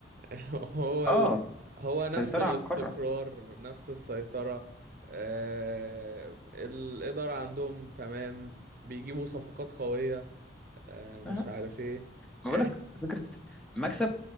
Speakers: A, on the right; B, in the centre.
A: <laughs> هو
B: اه
A: ال... هو
B: السيطرة
A: نفس الاستقرار
B: على القارة
A: نفس السيطرة آه... الإدارة عندهم تمام بيجيبوا صفقات قوية آه... مش
B: لا لا
A: عارف ايه
B: ما
A: يعني
B: بقولك
A: <laughs>
B: فكرة مكسب